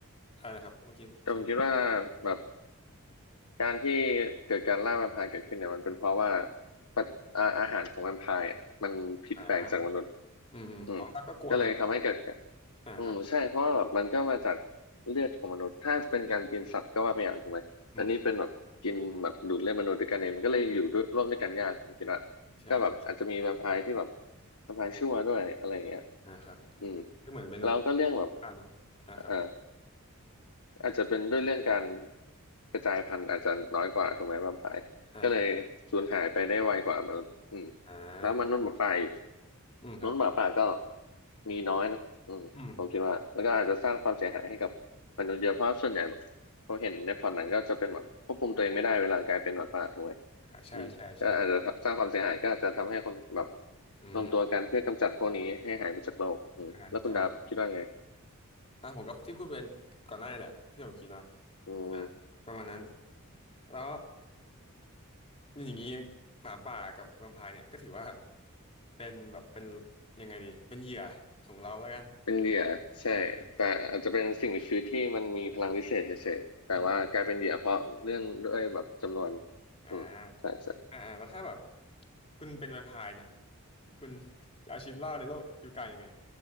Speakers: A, on the left; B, on the left.
A: ใช่นะครับ เมื่อกี้จะพูด
B: แต่ผมคิดว่าแบบการที่เกิดการล่าแวมไพร์เกิดขึ้นเนี่ยมันเป็นเพราะว่าปัจอาอาหารของแวมไพร์อ่ะมันผิดแปลกจากมนุษย์
A: อ่าอืมอมอ๋อแล้วก็กลัวเนาะ
B: อืมก็เลยทำให้เกิดการ
A: อ่าครับ
B: อืมใช่เพราะว่าแบบมันก็มาจากเลือดของมนุษย์ถ้าเป็นการกินสัตว์ก็ว่าไปอย่างถูกไหมแต่นี่เป็นแบบกินแบบดูดเลือดมนุษย์ด้วยกันเองมันก็เลยอยู่ด้วยร่วมด้วยกันยากผมคิดว่า
A: อืมครับใช่ใช่
B: ก็แบบอาจจะมีแวมไพร์ที่แบบแวมไพร์ชั่วด้วยอะไรอย่างเงี้ย
A: นะครับ
B: อืม
A: ก็เหมือนเป็นแบบ
B: แล้วก็เรื่องแบบ
A: อ่าเนาะอ่าครับ
B: เอ่อ อาจจะเป็นด้วยเรื่องการกระจายพันธุ์อาจจะน้อยกว่าถูกไหมแวมไพร์ก็เลยสูญหายไปได้ไวกว่ามนุษย์อืม
A: อ่าครับอ่า
B: แล้วมนุษย์หมาป่าอีก
A: อืมครับ
B: มนุษย์หมาป่าก็มีน้อยนะอืมผมคิดว่าแล้วก็อาจจะสร้างความเสียหายให้กับมนุษย์เยอะเพราะส่วนใหญ่แบบผมเห็นในพอร์ตหนังก็จะเป็นแบบควบคุมตัวเองไม่ได้เวลากลายเป็นหมาป่าถูกไหม
A: อืมอ่าใช่ใช่ใช่
B: อืมก็อาจจะสร้างความเสียหายก็อาจจะทำให้คนแบบ
A: อืม
B: รวมตัวกันเพื่อกำจัดพวกนี้ให้หายไปจากโลกอืมแล้วคุณดาบคิดว่าไง
A: อ่าถูกต้องอ่าผมก็ที่พูดไปก่อนหน้านี่แหละที่ผมคิดนะ
B: อืม
A: อ่าประมาณนั้นแล้วอย่างนี้หมาป่ากับแวมไพร์เนี่ยก็ถือว่าเป็นแบบเป็นยังไงดีเป็นเหยื่อของเราแล้วกัน
B: เป็นเหยื่อใช่แต่อาจจะเป็นสิ่งมีชีวิตที่มันมีพลังวิเศษเฉยๆแต่ว่ากลายเป็นเหยื่อเพราะเรื่องด้วยแบบจำนวน
A: เอออืมอืมอ่า
B: อืมใช่ใช่
A: อ่าอ่าแล้วถ้าแบบคุณเป็นแวมไพร์เนี่ยคุณจะเอาชีวิตรอดในโลกยุคกลางยังไง